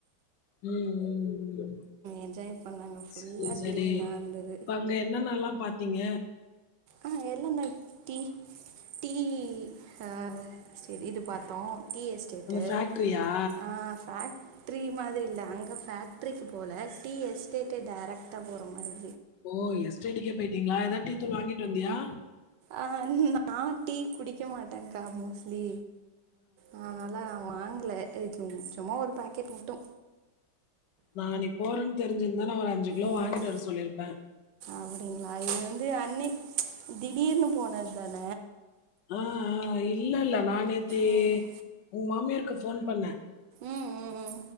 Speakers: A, on the left; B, on the right.
A: ம் ம் ம்
B: என்ஜாய் பண்ணாங்க ஃபுல்லா
A: சேரி சேரி
B: க்ரீனா
A: இப்ப
B: இருந்தது
A: வந்து என்னனெல்லா பாத்தீங்க
B: ஆ எல் ல் எம் டி டி அ சேரி இது பாத்தோ டி எஸ் டேட்டு
A: அந்த ஃபேக்டரியா
B: ஆம் ஃபேட் ட்ரி மாதிரி இல்ல அங்க ஃபேக்ட்ரிக்கு போல டி எஸ்டேட்டுக்கு டேரெக்ட்டா போற மாரி
A: ஓ எஸ்டேட்டுக்கே போயிட்டீங்களா ஏதாவது டீ தூள் வாங்கிட்டு வந்தியா
B: ஆ நான் டீ குடிக்க மாட்டே அக்கா மோஸ்லி ஆ அதனால வாங்கல இதுக்கு கொஞ்சமா ஒரு பாக்கெட் மட்டு
A: நா நீ போறன்னு தெரிஞ்சிருந்தா நா ஒரு அஞ்சு கிலோ
B: ஐயோ
A: வாங்கிட்டு வர சொல்லிருப்பே
B: அப்படிங்களா இது வந்து அன்னி திடீர்னு போனது தான
A: ஆ ஆ இல்ல இல்ல நா நேத்து
B: ம்
A: உங்க மாமியாருக்கு போன் பண்ணே
B: ம் ம் ம்